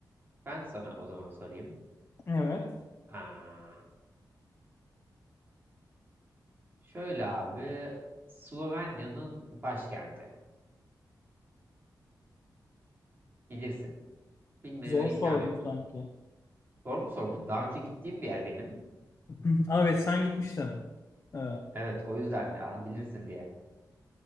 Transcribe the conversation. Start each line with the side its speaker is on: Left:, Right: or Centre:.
Right: Ben sana o zaman sorayım.
Left: Evet.
Right: Aa, şöyle abi. Slovenya'nın başkenti. Bilirsin. Bilmeme
Left: Zor
Right: imkanı
Left: sordum
Right: yok.
Left: sanki.
Right: Doğru mu sordun? Daha önce gittiğim bir yer benim.
Left: Hı hı. Aa, evet sen gitmiştin. Ee,
Right: Evet o yüzden ah, bilirsin diye.